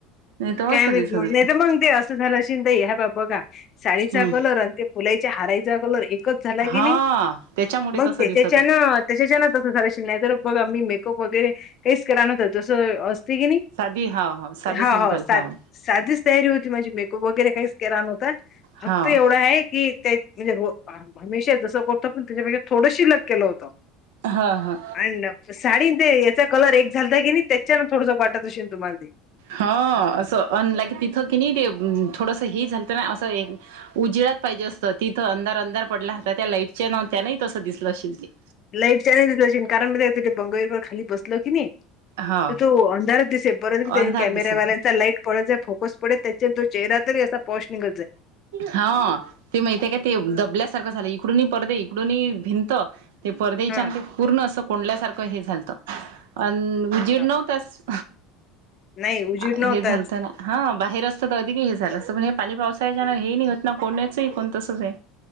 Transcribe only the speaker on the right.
नाही तर मस्त
दिसत
होत
हम्म
हा
त्याच्यामुळे
तसं
दिसत होत
साधी हा हो साधं
सिंपल
हाव
हाव
हा. हा
ह असं अन लागे तिथ की नाही ते थोडंसं हे झालतं ना असं उजिळ्याात पाहिजे असतं तिथं अंधार अंधार पडला त्या लाईटचे ना त्यानाही तस दिसलं अशेल ते
हा
अंधार
दिसत
हा ते माहित आहे का ते दबल्यास सारखं झालं इकडूनी परदे इकडून भिंत ते परदेच्या
ते पूर्ण असं कोंडल्यासारखं हे झालतं अन उजेड
नव्हताच.
हे झालत ना हा बाहेर असत तर अधिक हे झालं असं पण पाली पावसाळ्याच्या हे नाही होत ना कोण्याचही कोण तसंच आहे